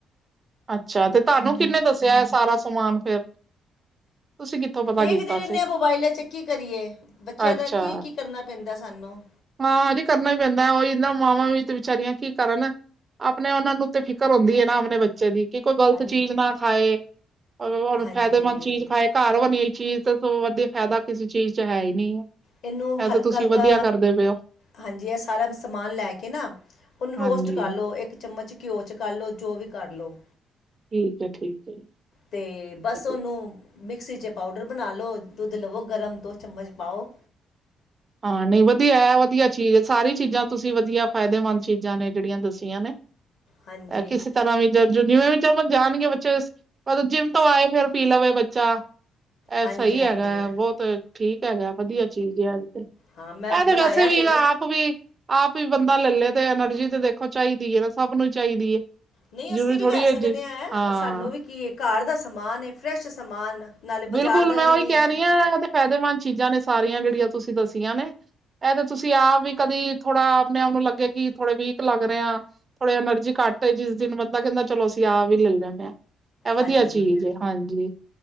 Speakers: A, on the right (about 35°); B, on the left (about 70°).
A: ਅੱਛਾ ਤੇ ਤੁਹਾਨੂੰ ਕਿੰਨੇ ਦੱਸਿਆ ਹੈ ਸਾਰਾ ਸਮਾਨ ਫੇਰ, ਤੁਸੀਂ ਕਿੱਥੋਂ ਪਤਾ
B: ਦੇਖਦੇ
A: ਕੀਤਾ
B: ਰਹਿੰਦੇ
A: ਸੀ
B: ਹਾਂ ਮੋਬਾਈਲਾਂ ਚ ਕੀ ਕਰੀਏ ਬੱਚਿਆਂ
A: ਅੱਛਾ
B: ਦਾ ਕੀ ਕੀ ਕਰਨਾ ਪੈਂਦਾ ਸਾਨੂੰ
A: ਹਾਂ ਜੀ ਕਰਨਾ ਹੀ ਪੈਂਦਾ ਉਹੀ ਨਾ ਮਾਵਾਂ ਵੀ ਤੇ ਵਿਚਾਰੀਆਂ ਕੀ ਕਰਨ, ਆਪਣੇ ਉਹਨਾਂ ਨੂੰ ਤੇ ਫਿਕਰ ਹੁੰਦੀ ਹੈ ਨਾ ਆਪਣੇ ਬੱਚਿਆਂ ਦੀ ਕਿ ਕੋਈ ਗ਼ਲਤ
B: ਹਾਂਜੀ
A: ਚੀਜ਼ ਨਾ ਖਾਏ ਔਰ
B: ਹਾਂਜੀ
A: ਫਾਇਦੇਮੰਦ ਚੀਜ਼ ਖਾਏ, ਘਰ ਬਣੀ ਚੀਜ਼ ਵਧੀ ਫਾਇਦਾ ਕਿਸੇ ਚੀਜ਼ ਚ ਹੈ ਹੀ ਨਹੀਂ ਹੈ
B: ਇਹਨੂੰ
A: ਇਹ ਤਾਂ
B: ਹਲਕਾ
A: ਤੁਸੀਂ
B: ਹਲਕਾ,
A: ਵਧੀਆ ਕਰਦੇ ਪਏ ਹੋ
B: ਹਾਂਜੀ ਇਹ ਸਾਰਾ ਸਮਾਨ ਲੈ ਕੇ ਨਾ ਉਹਨੂੰ ਰੋਸਟ
A: ਹਾਂਜੀ
B: ਕਰ ਲੋ ਇੱਕ, ਚਮਚ ਘਿਓ ਚ ਕਰ ਲੋ ਜੋ ਵੀ ਕਰਲੋ,
A: ਠੀਕ ਹੈ ਠੀਕ
B: ਤੇ
A: ਹੈ।
B: ਬਸ ਉਹਨੂੰ, ਮਿਕਸੀ ਚ ਪਾਊਡਰ ਬਣਾ ਲ ਲੋ ਦੁੱਧ ਲਵੋ ਗਰਮ ਦੋ ਚਮਚ ਪਾਓ,
A: ਹਾਂ ਨਹੀਂ ਵਧੀਆ ਵਧੀਆ ਚੀਜ਼ ਸਾਰੀ ਚੀਜ਼ਾਂ ਤੁਸੀਂ ਵਧੀਆ ਫਾਇਦੇਮੰਦ ਚੀਜ਼ਾਂ ਨੇ ਜਿਹੜੀਆਂ ਦੱਸੀਆਂ ਨੇ
B: ਹਾਂਜੀ
A: ਕਿਸੇ ਤਰ੍ਹਾਂ ਵੀ ਜਿਵੇਂ ਵੀ ਜਾਣਗੇ ਬੱਚੇ, ਜਦੋਂ ਜਿੰਮ ਤੋਂ ਆਏ ਫੇਰ ਪੀ ਲਵੇ ਬੱਚਾ, ਇਹ
B: ਹਾਂਜੀ
A: ਸਹੀ
B: ਹਾਂਜੀ
A: ਹੈਗਾ ਹੈ ਬਹੁਤ ਠੀਕ ਹੈਗਾ ਐ, ਵਧੀਆ ਚੀਜ਼ ਆ, ਇਹ
B: ਹਾਂ ਮੈਂ ਬਣਾਇਆ
A: ਤੇ ਵੈਸੇ ਵੀ
B: ਤੇ
A: ਇਹ
B: ਵੇ
A: ਆਪ, ਆਪ ਵੀ ਆਪ ਹੀ ਬੰਦਾ ਲੈ ਲਏ ਤੇ ਐਨਰਜੀ ਤੇ ਦੇਖੋ ਚਾਹੀਦੀ ਹੈ ਨਾ, ਸਭ ਨੂੰ ਹੀ ਚਾਹੀਦੀ ਹੈ
B: ਨਹੀਂ
A: ਜ਼ਰੂਰੀ
B: ਅਸੀਂ ਵੀ
A: ਥੋੜ੍ਹੀ
B: ਲੈ ਸਕਨੇ
A: ਹੈ ਜੇ
B: ਐ,
A: ਹਾਂ
B: ਸਾਨੂੰ ਵੀ ਕੀ ਹੈ ਘਰ ਦਾ ਸਮਾਨ ਹੈ ਫਰੈਸ਼ ਸਮਾਨ, ਨਾਲੇ ਬਾਜ਼ਾਰ
A: ਬਿਲਕੁਲ
B: ਦਾ
A: ਮੈਂ
B: ਵੀ
A: ਉਹੀ
B: ਨਹੀਂ
A: ਕਹਿ
B: ਹੈ
A: ਰਹੀ ਹਾਂ ਫਾਇਦੇਮੰਦ ਚੀਜ਼ਾਂ ਨੇ ਸਾਰੀਆਂ ਜਿਹੜੀਆਂ ਤੁਸੀਂ ਦੱਸੀਆਂ ਨੇ ਇਹ ਤੇ ਤੁਸੀਂ ਆਪ ਵੀ ਕਦੀ ਥੋੜਾ ਆਪਣੇ ਆਪ ਨੂੰ ਲੱਗੇਿਆ ਕਿ ਥੋੜੇ ਵੀਕ ਲੱਗ ਰਹੇ ਆ, ਥੋੜੇ ਐਨਰਜੀ ਘੱਟ ਹੋਈ ਜਿਸ ਦਿਨ ਬੰਦਾ ਕਹਿੰਦਾ ਚਲੋ ਅਸੀਂ ਆਹ ਵੀ ਲੈ ਲੈਂਦੇ ਹਾਂ ਇਹ ਵਧੀਆ
B: ਹਾਂਜੀ
A: ਚੀਜ਼ ਹੈ ਹਾਂਜੀ,